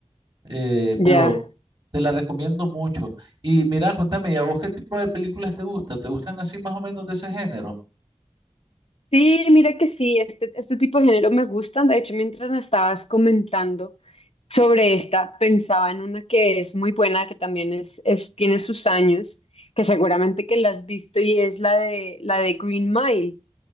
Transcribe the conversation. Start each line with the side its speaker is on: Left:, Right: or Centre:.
Right: eh,
Left: Ya.
Right: pero te la recomiendo mucho. Y mira, cuéntame, ¿y a vos qué tipo de películas te gusta? ¿Te gustan así más o menos de ese género?
Left: Sí, mira que sí, este, este tipo de género me gustan. De hecho, mientras me estabas comentando sobre esta, pensaba en una que es muy buena, que también es, es, tiene sus años, que seguramente que la has visto y es la de, la de Green Mile.